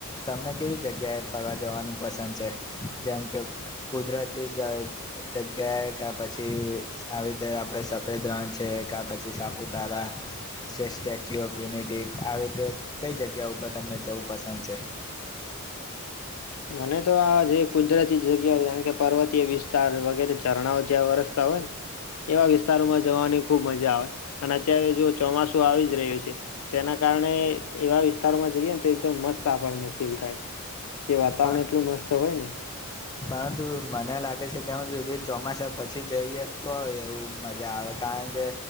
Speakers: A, on the left; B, on the left.
A: તમને કેવી જગ્યાએ ફરવા જવાનું પસંદ છે, જેમ કે કુદરતી જઅ જગ્યાએ કા પછી આવી રીતે આપડે સફેદ રણ છે કા પછી સાપુતારા, સે સ્ટેચ્યુ ઓફ યુનિટી આવી રીતે કઈ જગ્યા ઉપર તમને જવું પસંદ છે.
B: મને તો આ જે કુદરતી જગ્યાઓ જાણ કે પર્વતીય વિસ્તાર વગેરે ઝરણાઓ જ્યાં વરસતા હોય ને, એવા વિસ્તારોમાં જવાની ખુબ મજા આવે, અને અત્યારે જો ચોમાસું આવી જ રહ્યું છે તેના કારણે એવા વિસ્તારોમાં જઈએ ને તો એકદમ મસ્ત આપણને ફીલ થાય. કે વાતાવરણ
A: પરંતુ
B: એટલું મસ્ત હોય ને.
A: પરંતુ મને લાગે છે ત હું સુધી ચોમાસા પછી જઈએ તો એવું મજા આવે કારણ કે,